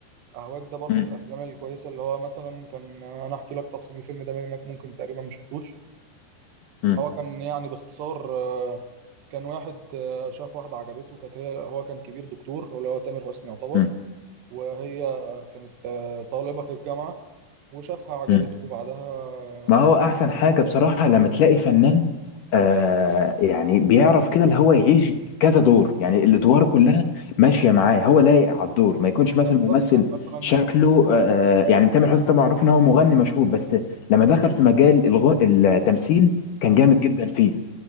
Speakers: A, on the right; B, on the left.
A: أهواك ده برضو
B: مم.
A: من الأفلام الكويسة اللي هو مثلا كان أنا أحكي لك تفاصيل الفيلم ده بما إنك ممكن تقريبا ما شفتوش
B: مم.
A: هو كان يعني باختصار آه، كان واحد آه، شاف واحدة عجبته كانت هي هو كان كبير دكتور اللي هو تامر حسني يعتبر
B: مم.
A: وهي كانت آه، طالبة في الجامعة وشافها عجبته
B: مم.
A: وبعدها آه،
B: ما هو احسن حاجه بصراحه لما تلاقي فنان آه يعني بيعرف كده اللي هو يعيش كذا دور يعني الادوار كلها ماشيه معاه هو لايق على الدور ما يكونش مثلا
A: بالظبط
B: ممثل
A: يعني مثلا
B: شكله آه آه، يعني تامر حسني طبعا معروف ان هو مغني مشهور بس لما دخل في مجال الغ... التمثيل كان جامد جدا فيه